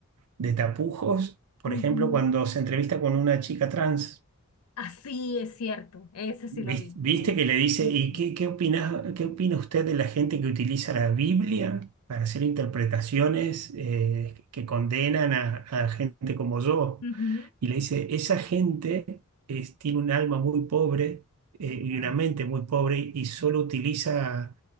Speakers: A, on the right; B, on the left.
A: de tapujos, por
B: Ujú.
A: ejemplo, cuando se entrevista con una chica trans,
B: <laughs> Así es cierto, ese sí
A: vis-
B: lo vi.
A: viste,
B: Ese,
A: que le dice,
B: ese.
A: ¿y qué, qué opina, qué opina usted de la gente que utiliza la Biblia para hacer interpretaciones eh, que condenan a, a gente como yo?
B: Ujú.
A: Y le dice, esa gente es- tiene un alma muy pobre eh, y
B: Wow.
A: una mente muy pobre y solo utiliza